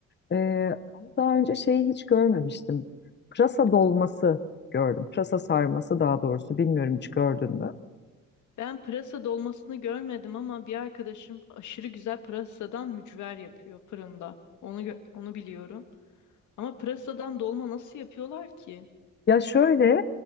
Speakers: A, on the left (about 35°); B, on the left (about 75°).
A: E, ama daha önce şeyi hiç görmemiştim. Pırasa dolması gördüm. Pırasa sarması daha doğrusu bilmiyorum hiç gördün mü?
B: Ben pırasa dolmasını görmedim ama bir arkadaşım aşırı güzel pırasadan mücver yapıyor fırında. Onu gö- onu biliyorum. Ama pırasadan dolma nasıl yapıyorlar ki?
A: Ya şöyle,